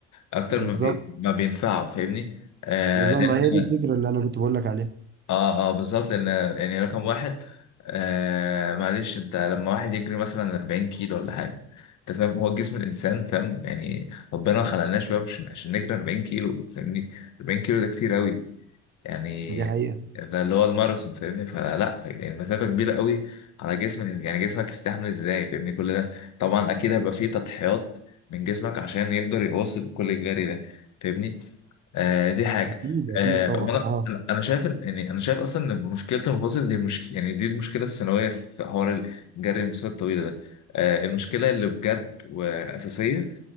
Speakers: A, on the left; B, on the right.
A: أكتر
B: بالظبط
A: ما بي ما بينفعه فاهمني؟ آه،
B: بالظبط
A: لأن
B: ما هي دي الفكرة اللي انا كنت بقول لك عليها
A: اه اه بالظبط لان يعني رقم واحد آه معلش انت لما واحد يجري مثلا 40 كيلو ولا حاجه انت فاهم هو جسم الانسان فاهم يعني ربنا خلقناه شويه مش عشان نجري 40 كيلو فاهمني 40 كيلو ده كتير قوي يعني
B: دي حقيقة
A: ده اللي هو الماراثون فاهمني فلا يعني المسافة كبيرة قوي على جسم يعني جسمك يستحمل ازاي فاهمني كل ده طبعا اكيد هيبقى فيه تضحيات من جسمك عشان يقدر يواصل كل الجري ده فاهمني آه دي حاجة
B: اكيد اكيد
A: آه
B: طبعا
A: وانا
B: اه
A: انا أنا شايف ان يعني انا شايف اصلا ان مشكلة المفاصل دي مش يعني دي المشكلة الثانوية في حوار الجري المسافات الطويلة ده آه المشكلة اللي بجد وأساسية